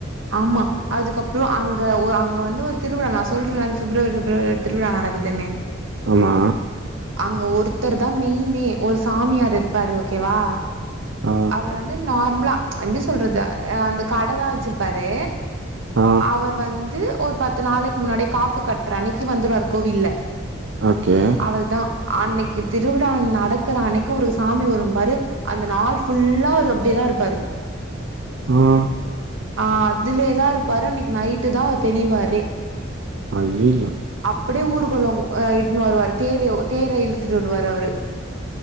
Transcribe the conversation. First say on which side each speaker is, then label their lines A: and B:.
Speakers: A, on the right; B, on the right.
A: ஆம்மா அதுக்கப்றோ அங்க அங்க வந்து ஒரு திருவிழா நா சொல்றேன்ல பிப்ரவரி பிப்ரவரி திருவிழா நடக் க்கு தென்னே
B: ஆமா
A: அங்க ஒருத்தர் தா மெய்னே ஒரு சாமியார் இருப்பாரு ஓகேவா
B: ஆ
A: அவரு வந்து நார்மலா எப்டி சொல்றது அந்த கடதா வச்சுருப்பாரு
B: ஆ
A: அவர் வந்து ஒரு பத்து நாளைக்கு முன்னாடியே காப்புகட்ற அன்னக்கி வந்துருவாரு கோவில்ல
B: ஓகே
A: அவர்தா அன்னக்கி திருவிழா நடக்குற அன்னக்கி அவருக்கு சாமி வரு பாரு அந்த நாள் ஃபுல்லா அவரு அப்டிதா இருப்பாரு
B: ம்
A: ஆ அதுலேதா இருப்பாரு அன்னைக்கு நைட்டு தா அ தெளிவாரே
B: ஐய்யய்யோ
A: அப்டியே ஊர்கோலோ அ இட்டுனு வருவாரு தேரயோ தேர இழுத்துட்டு வருவாரு அவரு